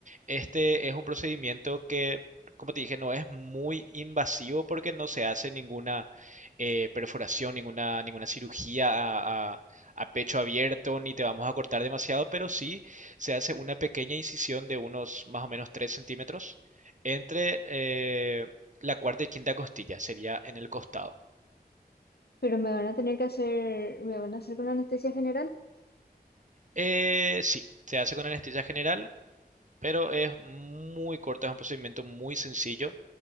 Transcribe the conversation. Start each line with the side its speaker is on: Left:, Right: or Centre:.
Right: Este es un procedimiento que, como te dije, no es muy invasivo porque no se hace ninguna eh, perforación, ninguna, ninguna cirugía a, a- a pecho abierto, ni te vamos a cortar demasiado, pero sí se hace una pequeña incisión de unos más o menos 3 centímetros entre eh, la cuarta y quinta costilla, sería en el costado.
Left: Pero me van a tener que hacer, me van a hacer con anestesia general.
Right: Eh, sí, se hace con anestesia general, pero es muy corta, es un procedimiento muy sencillo.